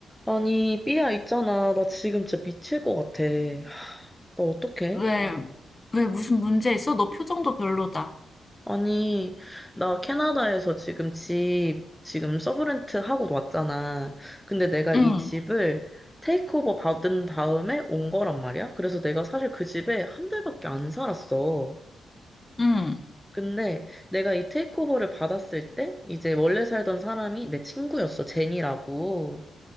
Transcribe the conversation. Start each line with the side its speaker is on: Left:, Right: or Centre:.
Centre: 아니, 삐야 있잖아. 나 지금 진짜 미칠 것 같아. 하, 나 어떡해?
Left: 왜, 왜 무슨 문제 있어? 너 표정도 별로다.
Centre: 아니, 나 캐나다에서 지금 집, 지금 서브렌트 하고 왔잖아. 근데 내가
Left: 응,
Centre: 이 집을 테이크오버 받은 다음에 온 거란 말이야. 그래서 내가 사실 그 집에 한 달밖에 안 살았어.
Left: 응,
Centre: 근데 내가 이 테이크오버를 받았을 때, 이제 원래 살던 사람이 내 친구였어. 제니라고.